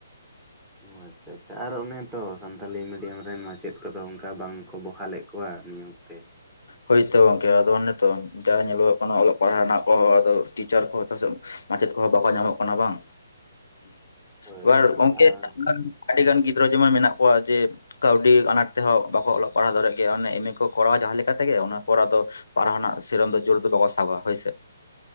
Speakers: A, in the centre; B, on the left.
A: ᱚ ᱟᱪᱪᱷᱟ ᱟᱪᱪᱷᱟ ᱟᱨ ᱚᱱᱮ ᱛᱚ ᱥᱟᱱᱛᱟᱞᱤ ᱢᱤᱰᱤᱭᱟᱢ ᱨᱮᱱ ᱢᱟᱪᱮᱫ ᱠᱚ ᱫᱚ ᱚᱱᱠᱟ ᱵᱟᱝᱼᱼ ᱠᱚ ᱵᱚᱦᱟᱞ ᱞᱮᱫ ᱠᱚᱣᱟ ᱱᱤᱭᱟᱹ ᱚᱠᱛᱮᱼᱼ
B: ᱦᱳᱭᱛᱚ ᱜᱚᱝᱠᱮ ᱟᱫᱚ ᱱᱤᱛᱚᱜ ᱡᱟ ᱧᱮᱞᱚᱜᱚᱜ ᱠᱟᱱᱟ ᱚᱞᱚᱜ ᱯᱟᱲᱦᱟᱜ ᱨᱮᱱᱟᱜ ᱠᱚ ᱟᱫᱚ ᱴᱤᱪᱟᱨ ᱠᱚ ᱦᱚᱸ ᱛᱚ ᱥᱮᱼᱼ ᱢᱟᱪᱮᱫ ᱠᱚ ᱦᱚᱸ ᱵᱟᱠᱚ ᱧᱟᱢᱚᱜ ᱠᱟᱱᱟ ᱵᱟᱝ
A: ᱦᱳᱭ
B: ᱮᱵᱟᱨ ᱜᱚᱝᱠᱮᱼᱼ
A: ᱟᱨ
B: ᱟᱹᱰᱤ ᱜᱟᱱ ᱜᱤᱫᱽᱨᱟᱹ ᱡᱮᱢᱚᱱ ᱢᱮᱱᱟᱜ ᱠᱚᱣᱟ ᱡᱮ ᱠᱟᱹᱣᱰᱤ ᱟᱱᱟᱴ ᱛᱮ ᱦᱚᱸ ᱵᱟᱠᱚ ᱚᱞᱚᱜᱼᱼ ᱯᱟᱲᱦᱟᱣ ᱫᱟᱲᱮ ᱜᱮᱭᱟ ᱚᱱᱮ ᱮᱢ. ᱢᱮ ᱠᱚ ᱠᱚᱨᱟᱣᱟ ᱡᱟᱦᱟᱸ ᱞᱮᱠᱟ ᱛᱮ ᱜᱮ ᱚᱱᱟ ᱯᱚᱨ ᱟᱫᱚᱼᱼ ᱯᱟᱲᱦᱟᱣ ᱱᱟᱜ ᱥᱮᱨᱚᱠᱚᱢ ᱫᱚ ᱡᱳᱨ ᱫᱚ ᱵᱟᱠᱚ ᱥᱟᱵ ᱟ ᱦᱳᱭ ᱥᱮᱼᱼ